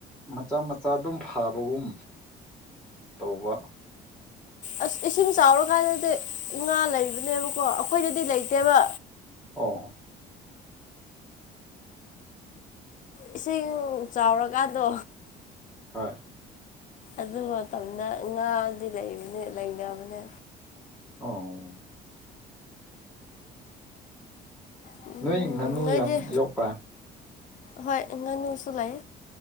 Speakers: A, in the centre; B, on the left.
A: ꯃꯆꯥ ꯃꯆꯥ ꯆꯥꯗꯨꯝ ꯐꯥꯕꯒꯨꯝ ꯇꯧꯕ
B: ꯑꯁ ꯏꯁꯤꯡ ꯆꯥꯎꯔꯀꯥꯟꯗꯗꯤ ꯉꯥ ꯂꯩꯕꯅꯦꯕꯀꯣ ꯑꯩꯈꯣꯏꯗꯗꯤ ꯂꯩꯇꯦꯕ
A: ꯑꯣ
B: ꯏꯁꯤꯡ ꯆꯥꯎꯔꯀꯥꯟꯗꯣ
A: ꯍꯣꯏ
B: ꯑꯗꯨ ꯃꯇꯝꯗ ꯉꯥꯗꯤ ꯂꯩꯕꯅꯦ ꯂꯩꯅꯕꯅꯦ
A: ꯑꯧ
B: ꯎꯝ
A: ꯅꯣꯏ ꯉꯥꯅꯨ
B: ꯅꯣꯏꯗꯤ
A: ꯌꯥꯝ ꯌꯣꯛꯄ꯭ꯔꯥ
B: ꯍꯣꯏ ꯉꯅꯨꯁꯨ ꯂꯩ